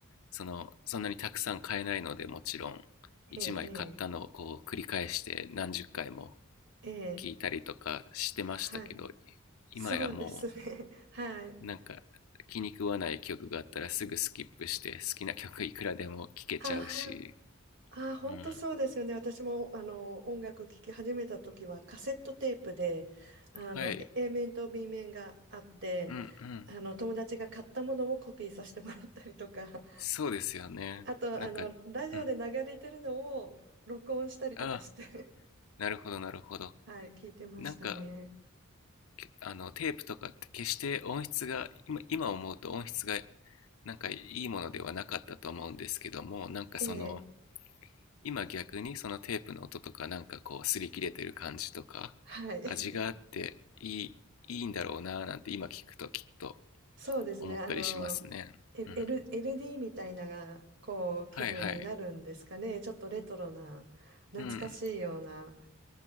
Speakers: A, on the left; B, on the right.
A: そのそんなにたくさん買えないのでもちろん1枚買ったのをこう繰り返して何十回も
B: ええええええ
A: 聞いたりとかしてましたけど
B: はい。
A: 今やも
B: そうですね。<laughs> はい。
A: うなんか気に食わない曲があったらすぐスキップして好きな曲いくらでも聴けちゃうし
B: あは。ああ、本当そうですよね。
A: うん。
B: 私もあの音楽聴き始めた時はカセットテープであのえ
A: はい。
B: A 面と B 面があってあの友達が買ったものをコピーさせてもらったりとか
A: うんうん。そうですよね。
B: あとあのラジオで流れてるのを録音したりとかして
A: なんか、うん。ああ、
B: <laughs>
A: なるほど、なるほど。
B: はい、聞いてましたね。
A: なんか、けあの、テープとかって決して音質が、今、今思うと音質が、なんかいいものではなかったと思うんですけども、なんかその、
B: ええ、
A: 今逆にそのテープの音とか、なんかこう、擦り切れてる感じとか、
B: はい。
A: 味があっていい、いいんだろうなぁなんて今聞くときっと
B: そうですね。
A: 思ったりしますね。
B: あの、L、
A: うん。
B: L- LD みたいなが、こう、気分になるんですかね。
A: はいはい。
B: ちょっとレトロな、懐かしいような
A: うん。